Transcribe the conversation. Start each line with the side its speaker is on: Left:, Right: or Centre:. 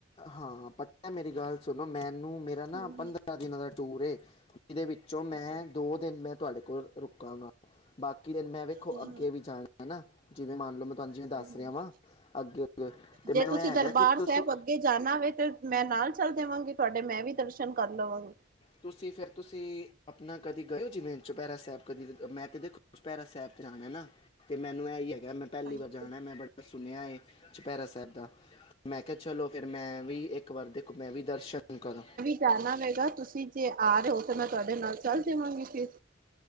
Left: ਹਾਂ, ਪਤਾ ਮੇਰੀ ਗੱਲ ਸੁਣੋ ਮੈਨੂੰ ਹੈਨਾ,
Right: ਹੂੰ-ਹੂੰ
Left: ਪੰਦਰਾਂ ਦਿਨਾਂ ਦਾ ਟੂਰ, ਏ ਜਿਹਦੇ ਵਿੱਚੋਂ ਮੈਂ
Right: ਅੱਛਾ-ਅੱਛਾ
Left: ਦੋ ਦਿਨ ਮੈਂ ਤੁਹਾਡੇ ਕੋਲ, ਬਾਕੀ ਦਿਨ ਮੈਂ ਵੇਖੋ
Right: ਹੂੰ-ਹੂੰ
Left: ਅੱਗੇ ਵੀ ਜਾਣਾ ਨਾ। ਜਿਵੇਂ ਮੰਨ ਲਓ ਮੈਂ ਤੁਹਾਨੂੰ ਦੱਸ
Right: ਹੂੰ-ਹੂੰ
Left: ਰਿਹਾ ਵਾਂ ਅੱਗੇ-ਅੱਗੇ ਤੇ
Right: ਜੇ
Left: ਮੈਨੂੰ
Right: ਤੁਸੀਂ
Left: ਇਹ ਹੈਗਾ
Right: ਦਰਬਾਰ
Left: ਕਿ
Right: ਸਾਹਿਬ
Left: ਤੁਸੀਂ
Right: ਅੱਗੇ ਜਾਣਾ ਵੇ ਤੇ ਮੈਂ ਨਾਲ ਚੱਲ ਦੇਵਾਂਗੀ ਤੁਹਾਡੇ ਮੈਂ ਵੀ ਦਰਸ਼ਨ ਕਰ ਲਵਾਂਗੀ।
Left: ਤੁਸੀਂ ਫਿਰ ਤੁਸੀਂ ਆਪਣਾ ਕਦੇ ਗਏ ਹੋ ਜਿਵੇ ਚੋਪੈਰਾ ਸਾਹਿਬ ਕਦੀ ਮੈਂ ਤੇ ਦੇਖੋ ਚੋਪੈਰਾ ਸਾਹਿਬ ਤੇ ਆਣਾ ਨਾ। ਤੇ ਮੈਨੂੰ ਇਹ ਹੀ ਹੈਗਾ ਮੈਂ ਪਹਿਲੀ
Right: ਹਾਂਜੀ
Left: ਵਾਰ ਜਾਣਾ ਮੈਂ ਬੜਾ ਸੁਣਿਆ ਹੈ ਚੁਪੈਰਾ ਸਾਹਿਬ ਦਾ। ਮੈਂ ਕਿਹਾ ਚਲੋ ਫਿਰ ਮੈਂ ਵੀ ਇੱਕ ਵਾਰ ਦੇਖੋ, ਮੈਂ ਵੀ ਦਰਸ਼ਨ ਕਰਾਂ।
Right: ਧਿਆਨ ਨਾਲ ਰਹੇਗਾ, ਤੁਸੀਂ ਜੇ ਆ ਰਹੇ ਹੋ ਤਾਂ ਮੈਂ ਤੁਹਾਡੇ ਨਾਲ ਚੱਲ ਜਾਵਾਂਗੀ ਫ।